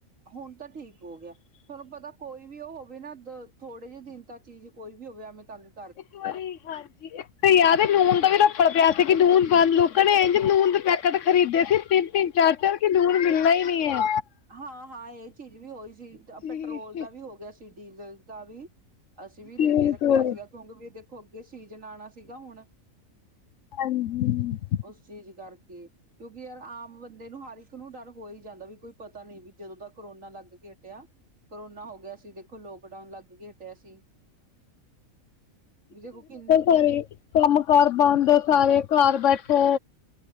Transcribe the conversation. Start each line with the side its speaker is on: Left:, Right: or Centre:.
Right: ਹੁਣ ਤਾਂ ਠੀਕ ਹੋ ਗਿਆ ਤੁਹਾਨੂੰ ਪਤਾ ਕੋਈ ਵੀ ਉਹ ਹੋਵੇ ਨਾ ਥੋੜੇ ਜਿਹੇ ਦਿਨ ਤੱਕ ਚੀਜ਼ ਕੋਈ ਵੀ ਹੋਵੇਵੇਂ ਤੁਹਾਨੂੰ
Left: ਇੱਕ ਵਾਰੀ ਹਾਂਜੀ ਇੱਕ ਯਾਦ ਨੂਨ ਦਾ ਵੀ ਰੱਫੜ ਪਿਆ ਸੀ ਕਿ ਨੂਨ ਬੰਨ ਲੋ ਘਣੇੇਜ ਨੂਨ ਦੇ ਪੈਕੇਟ ਖਰੀਦੇ ਸੀ ਤਿੰਨ ਤਿੰਨ ਚਾਰ ਚਾਰ ਕਿ ਲੂਨ ਮਿਲਣਾ ਹੀ ਨੀ ਹੈ
Right: ਹਾਂ ਹਾਂ ਇਹ ਚੀਜ਼ ਵੀ ਹੋਈ ਸੀ
Left: ਜੀ
Right: ਪੈਟਰੋਲ ਦਾ ਵੀ ਹੋ ਗਿਆ ਸੀ ਡੀਜ਼ਲ ਦਾ ਵੀ ਅਸੀਂ ਵੀ ਲੈ
Left: ਬਿਲਕੁਲ
Right: ਕੇ ਰੱਖਿਆ ਸੀਗਾ ਕਿਉਂਕਿ ਵੀ ਦੇਖੋ ਅੱਗੇ ਸੀਜਨ ਆਉਣਾ ਸੀਗਾ ਹੁਣ
Left: ਹਾਂਜੀ
Right: ਉਸ ਚੀਜ਼ ਕਰਕੇ ਕਿਉਂਕਿ ਯਾਰ ਆਮ ਬੰਦੇ ਨੂੰ ਹਰ ਇੱਕ ਨੂੰ ਡਰ ਹੋ ਹੀ ਜਾਂਦਾ ਵੀ ਕੋਈ ਪਤਾ ਨੀ ਵੀ ਜਦੋਂ ਦਾ ਕਰੋਨਾ ਲੱਗ ਕੇ ਹਟਿਆ ਕਰੋਨਾ ਹੋ ਗਿਆ ਗਿਆ ਸੀ ਦੇਖੋ ਲੋਕਡਾਊਨ ਲੱਗ ਕੇ ਹਟਿਆ ਸੀ ਵੀ ਦੇਖੋ ਕਿੰਨੀ
Left: ਸ <unintelligible> ਕੰਮ ਕਾਰ ਬੰਦ ਸਾਰੇ ਘਰ ਬੈਠੋ